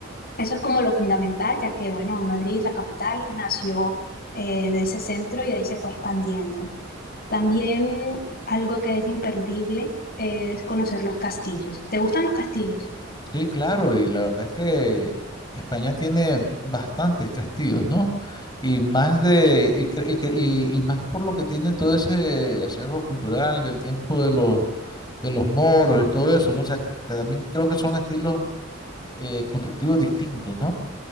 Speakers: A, on the left (about 50°); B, on the left (about 20°).
A: Eso es como lo fundamental, ya que, bueno, Madrid, la capital, nació eh, de ese centro y de ahí se fue expandiendo. También algo que es imperdible es conocer los castillos. ¿Te gustan los castillos?
B: Sí, claro, y la verdad es que España tiene bastantes castillos, ¿no? Y más de, y, cre- y cre- y- y más por lo que tiene todo ese acervo cultural del tiempo de los, de los moros y todo eso, ¿no? O sea, que, porque también creo que son estilos eh, constructivos distintos, ¿no?